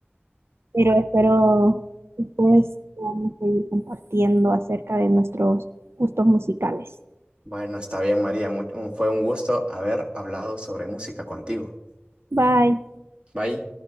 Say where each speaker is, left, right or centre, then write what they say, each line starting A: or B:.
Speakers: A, on the right; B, on the right.
A: pero espero después podamos seguir compartiendo acerca de nuestros gustos musicales.
B: Bueno, está bien, María, mu- un- fue un gusto haber hablado sobre música contigo.
A: Bye.
B: Bye.